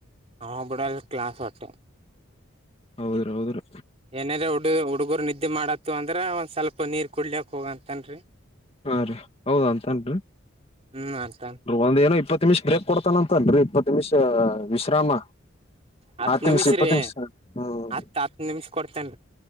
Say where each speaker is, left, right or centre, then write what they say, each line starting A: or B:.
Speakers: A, on the right; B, on the left.
A: ಹವಾ ಬಿಡಲ್ ಕ್ಲಾಸ್ ಹಟ್ಟೆ.
B: ಹೌದ್ರಿ ಹೌದ್ರಿ
A: ಏನೇರ ಹುಡು ಹುಡುಗರು ನಿದ್ದೆ ಮಾಡತ್ತು ಅಂದ್ರೆ ಒಂದ್ ಸ್ವಲ್ಪ ನೀರ್ ಕುಡ್ಲಕ್ ಹೋಗಂತನ್ರೀ.
B: ಹಾ ರೀ ಹೌದಾ ಅಂತನ್ರಿ.
A: ಹ್ಮ್ ಅಂತನ್
B: ಒಂದ ಏನೋ ಇಪ್ಪತ್ತು ನಿಮಿಷ ಬ್ರೇಕ್ ಕೊಡ್ತಾನ ಅಂತ ಅಲ್ರೀ ಇಪ್ಪತ್ತು ನಿಮಿಷ. ವಿಶ್ರಾಮ
A: ಹತ್
B: ಹತ್ತು ನಿಮಿಷ ಇಪ್ಪತ್ತು
A: ರೀ
B: ನಿಮಿಷ ಹ್ಮ್.
A: ಹತ್ ಹತ್ ನಿಮಿಷ ಕೊಡ್ತೇನ್ರಿ